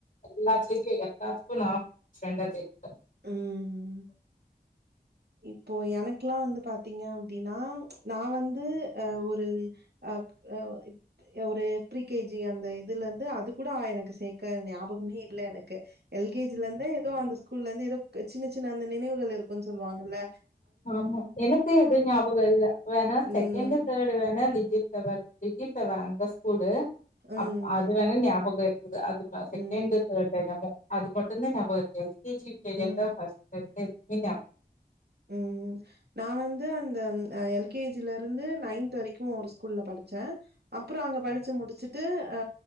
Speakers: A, on the left (about 55°); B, on the right (about 80°).
A: எல்லாத்துலையுமே எல்லாத்துக்கோ நா டிஃப்ரெண்டா தெரிவ
B: ம் இப்போ எனக்குலா வந்து பாத்தீங்க அப்டினா நா வந்து அ ஒரு ம் அக் அ வ இப் ஒரு ப்ரீ கே ஜி அந்த இதுலந்து அது கூட ஆ எனக்கு சேக்க ஞாபகமே இல்ல எனக்கு எல் கே ஜிலந்து ஏதோ அந்த ஸ்கூல்லந்து ஏதோ சின்ன சின்ன அந்த நினைவுகள் இருக்குன் சொல்வாங்கல்ல
A: ஆமா எனக்கு எது ஞாபகோ இல்ல வேணா செகெண்டு
B: ம்
A: தே டு வேணா லிட்டில் ஃப்லவர் லிட்டில் ஃப்லவர் அங்க ஸ்கூலு
B: ம்
A: அப் அது வேணா ஞாபகோ இரு க்கு அது ம செகண்டு
B: ம்
A: தேடு என்னமோ அது மட்டு தா ஞாபக இருக்கு L K G U K G
B: ம்
A: ஃபஸ்ட் ஸ்டான்ட் அ இன்னப்
B: ம் நா வந்து அந்த அ எல் கே ஜில இருந்து நைன்த்து வரைக்கு ஒரு ஸ்கூல்ல படிச்ச அப்பறோ அங்க படிச்சு முடிச்சுட்டு அ